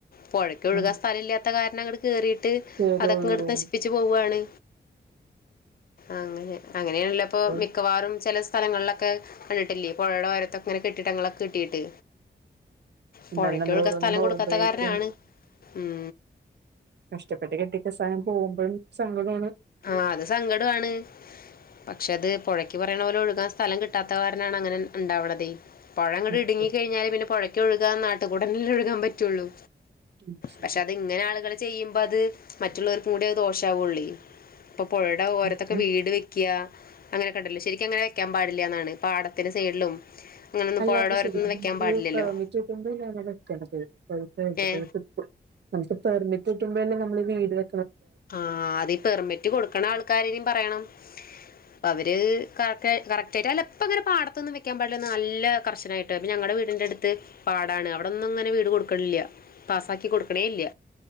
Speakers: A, on the left (about 55°); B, on the right (about 70°).
A: പൊഴക്ക് ഒഴുകാൻ
B: ഉം
A: സ്ഥല ഇല്ലാത്ത കാര ടങ്ങട് കേറീട്ട് ട്ട്
B: കേടൊഴുകും
A: അതൊക്കെ അടുത്ത് നശിപ്പിച്ച് പോവുകയാണ് അങ്ങനെ അങ്ങനെയണല്ലപ്പോൾ
B: ഉം
A: മിക്കവാറും ചില സ്ഥലങ്ങളിലൊക്കെ കണ്ടിട്ടില്ല പുഴയുടെ വയരത്തൊങ്ങനെ കെട്ടി കെട്ടിടങ്ങളൊക്കെ കെട്ടിയിട്ട്
B: എന്നാലും
A: പുഴക്ക
B: നമ്മൾ
A: ഒഴുക
B: ഓരോന്നും
A: സ്ഥലം
B: പോകുമ്പോഴേക്കും
A: കൊടുക്കാത്ത കാരനാണ് ഉം
B: കഷ്ടപ്പെട്ട് കെട്ടിക്ക സായം പോകുമ്പോഴും സങ്കടമാണ്
A: ആ അത് സങ്കടമാണ് പക്ഷെ അത് പുഴക്ക് പറയണ പോലെ ഒഴുകാൻ സ്ഥലം കിട്ടാത്തവാരനാണ് അങ്ങനെ ഉണ്ടാവണത്േ പഴങ്ങിടി
B: നമുക്ക്
A: ഇടുങ്ങ കഴിഞ്ഞാല് പിന്നെ പുഴക്കൊഴുകൻാ അത്ത ഉടനെ ഒഴുകാൻ പറ്റുള്ളൂ
B: ഉം ശരി
A: പക്ഷെ അത് ഇങ്ങനെ ആളുകൾ ചെയ്യും അപ്പം അത് മറ്റുള്ളവർക്ക കൂടെ ദോഷമാവുകയുള്ള ഇപ്പൊ പുഴയുടെ ഓരത്തൊക്കെ
B: ഉം ഉം
A: വീട് വെക്കുക അങ്ങനെ കണ്ടല്ലോ ശെരിക്കും അങ്ങനെ വെക്കാൻ പാടില്ലന്നാണ് പാടത്തിന്റെ സൈഡിലും അങ്ങനെയൊന്നും
B: അല്ല
A: പുഴയുടെ
B: അപ്പ ശുംറ്റട്ടോല്ല
A: ഓരത്തൊന്നും വെക്കാൻ പാടില്ലല്ലോ
B: വെക്ക പെർി
A: ഏ
B: കിട്ടുമോല്ല നമ്മ വീട് വ
A: ആഹ അത് പെർമിറ്റ് കൊടുക്കണ ആൾക്കാരനും പറയണം അ അവ ഒരു കറക് കറക്റ്റ്ായിട്ട് അല്ലപ്പപ്പോങ്ങനെ പാടത്തുന്നും വെക്കാൻ പാടില്ല നല്ല കർശനായിട്ട് ഞുടെ വീടിന്റെറടുത്ത് പാടാണ് അവിടെ അവിടൊന്നും അങ്ങനെ വീട് കൊടുക്കണില്ല പാസ്സാക്കി കൊടുക്കണേ ഇല്ല